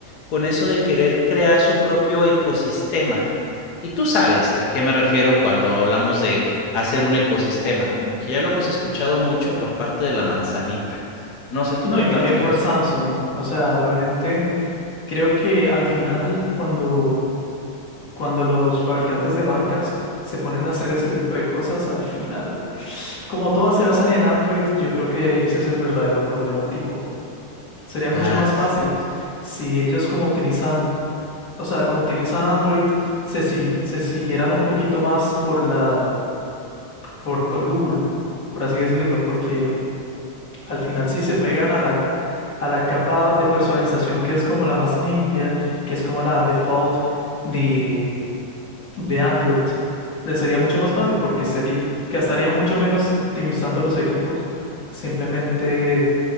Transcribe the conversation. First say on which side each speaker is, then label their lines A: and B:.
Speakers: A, on the left; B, on the left.
A: con eso de querer crear su propio ecosistema. Y tú sabes a qué me refiero cuando hablamos de hacer un ecosistema, como que ya lo hemos escuchado mucho por parte de la manzanita. No sé tú
B: No,
A: qué opinas
B: y también
A: al
B: por
A: respecto.
B: Samsung. O sea, realmente creo que al final cuando, cuando los fabricantes de marcas se ponen a hacer ese tipo de cosas, al final, como todas se basan en Android, yo creo que ese es el verdadero problema. Tipo, sería mucho
A: Ah,
B: más
A: exacto.
B: fácil si ellos como utilizan, o sea, como utilizan Android, se, si- se siguieran un poquito más por la, por, por Google, por así decirlo, porque Al final sí se pegan a la, a la capa de personalización que es como la más limpia, que es como la default de, de Android. Les sería mucho más fácil porque sería, gastaría mucho menos optimizando los equipos. Simplemente